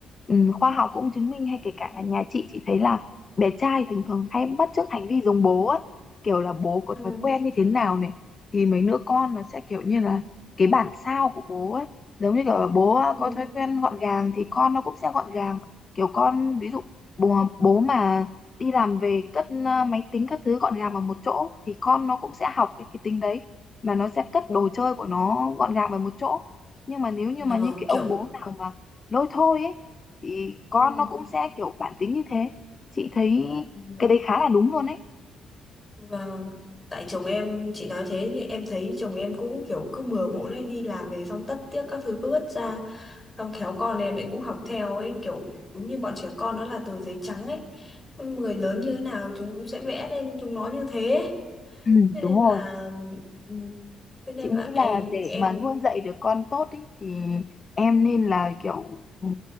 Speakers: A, on the left; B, on the left.
A: ừ, khoa học cũng chứng minh hay kể cả là nhà chị chị thấy là bé trai thường thường hay bắt chước hành vi giống bố ấy, kiểu là bố có
B: ừ
A: thói quen như thế nào này thì mấy đứa con nó sẽ kiểu như là cái bản sao của bố ấy, giống như kiểu là bố
B: ừ
A: có thói quen gọn gàng thì con nó cũng sẽ gọn gàng kiểu con ví dụ bố, bố mà đi làm về cất ờ, máy tính các thứ gọn gàng vào một chỗ thì con nó cũng sẽ học cái cái tính đấy mà nó sẽ cất đồ chơi của nó gọn gàng vào một chỗ nhưng mà nếu như mà
B: Ờ,
A: những cái
B: kiểu
A: ông bố nào mà lôi thôi ấy thì con
B: ừ
A: nó cũng sẽ kiểu bản tính như thế chị thấy
B: ừ
A: cái đấy khá là đúng luôn ấy
B: và tại chồng em chị nói thế thì em thấy chồng em cũng kiểu cứ bừa bộn ấy đi làm về xong tất tiếc các thứ cứ vứt ra xong khéo con em ấy cũng học theo ấy kiểu đúng như bọn trẻ con nó là tờ giấy trắng ấy người lớn như thế nào chúng sẽ vẽ lên chúng nó như thế ấy.
A: ừ,
B: thế
A: đúng
B: nên
A: rồi
B: là ừ, thế nên
A: chị nghĩ
B: là
A: là
B: em
A: để
B: em
A: mà nuôi dạy được con tốt ý, thì em nên là kiểu ừ,